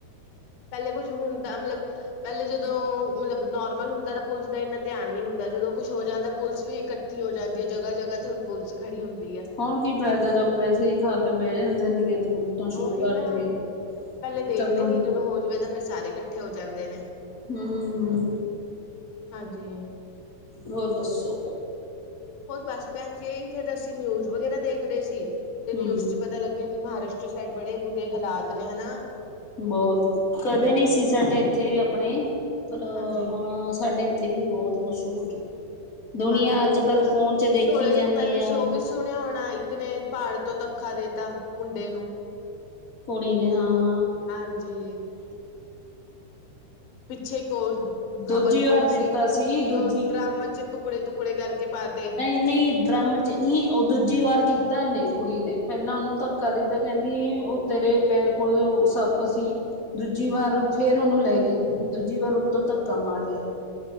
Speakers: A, on the left; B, on the left.
A: ਪੈਲੇ ਕੁੱਛ ਹੁੰਦਾ, ਮਤਲਬ ਪੈਲੇ ਜਦੋਂ ਮਤਲਬ ਨੋਰਮਲ ਹੁੰਦਾ ਤਾ ਪੁਲਸ ਦਾ ਏਨਾ ਧਿਆਨ ਨੀ ਹੁੰਦਾ, ਜਦੋਂ ਕੁੱਛ ਹੋ ਜਾਂਦਾ ਪੁਲਸ ਵੀ ਇਕੱਠੀ ਹੋ ਜਾਂਦੀ ਐ। ਜਗ੍ਹਾ-ਜਗ੍ਹਾ ਤੇ ਹੁਣ ਪੁਲਸ ਖੜੀ ਹੁੰਦੀ ਐ।
B: ਹੁਣ ਕੀ ਫ਼ਾਇਦਾ ਜਦੋਂ ਪੈਸੇ ਈ ਖਾ ਕੇ ਬੈ ਜਾਂਦੇ ਨੇਗੇ ਤੇ ਸ਼ੋਅ
A: ਓਹੀ
B: ਕਰਦੇ
A: ਤਾਂ
B: ਆ
A: ਪੈਲੇ ਦੇਖਦੇ
B: ਚੰਗਾ
A: ਨੀ, ਜਦੋਂ ਹੋ ਜਵੇ ਤਾਂ ਫਿਰ ਸਾਰੇ ਕੱਠੇ ਹੋ ਜਾਂਦੇ ਨੇ।
B: ਹੂੰ-ਹੂੰ।
A: ਹਾਂਜੀ।
B: ਹੋਰ ਦੱਸੋ?
A: ਹੋਰ ਬਸ ਪੈਣ ਜੀ, ਫਿਰ ਅਸੀਂ ਨਿਊਜ਼ ਵਗੈਰਾ ਦੇਖਦੇ ਸੀ ਤੇ ਨਿਊਜ
B: ਹੂੰ
A: ਚ ਪਤਾ ਪਤਾ ਲੱਗਿਆ ਕਿ ਮਹਾਰਾਸ਼ਟਰ ਸਾਈਡ ਬੜੇ ਬੁਰੇ ਹਾਲਾਤ ਨੇ ਹੈਨਾ
B: ਬੋਹਤ ਕਦੇ ਨਹੀ ਸੀ, ਸਾਡੇ ਐਥੇ ਅਪਣੇ ਪਰ
A: ਹਾਂਜੀ।
B: ਹੁਣ ਸਾਡੇ ਉੱਥੇ ਵੀ ਬੋਹਤ ਕੁਛ ਹੋ ਰੇਹਾ ਦੁਨੀਆਂ
A: ਹਾਂਜੀ
B: ਅੱਜ-ਕੱਲ
A: ਹੁਣ
B: ਫੋਨ ਚ ਦੇਖੀ
A: ਥੋੜੇ
B: ਜਾਂਦੀ
A: ਦਿਨ ਪਹਿਲੇ ਤੁਸੀਂ
B: ਆ।
A: ਉਹ ਵੀ ਸੁਣਿਆ ਹੋਣਾ, ਇੱਕ ਨੇ ਪਾੜ ਤੋਂ ਧੱਖਾ ਦੇਤਾ ਮੁੰਡੇ ਨੂੰ
B: ਕੁੜੀ ਨੇ ਹਾਂ-ਹਾਂ।
A: ਹਾਂਜੀ। ਪਿੱਛੇ ਇੱਕ ਔਰ
B: ਦੂਜੀ
A: ਖ਼ਬਰ ਸੁੁਣੀ
B: ਵਾਰ ਦਿੱਤਾ
A: ਸੀ, ਕਿ
B: ਦੂਜੀ
A: ਉਹ ਡਰੱਮ ਚ ਤੁਕੜੇ-ਤੁਕੜੇ ਕਰਕੇ ਪਾ ਤੇ
B: ਨਹੀਂ ਡਰਮ ਚ ਨਈ ਉਹ ਦੂਜੀ ਵਾਰ ਕੀਤਾ ਏਨੇ ਕੁੜੀ ਨੇ ਪੈਲਾਂ ਓਨੂੰ ਧੱਕਾ ਦਿੱਤਾ ਕਹਿੰਦੀ ਓ ਤੇਰੇ ਪੈਰ ਕੋਲ ਸੱਪ ਸੀ। ਦੂਜੀ ਵਾਰ ਫੇਰ ਓਨੂੰ ਲੈ ਗੀ ਦੂਜੀ ਵਾਰ ਉਤੋਂ ਧੱਕਾ ਮਾਰਿਆ।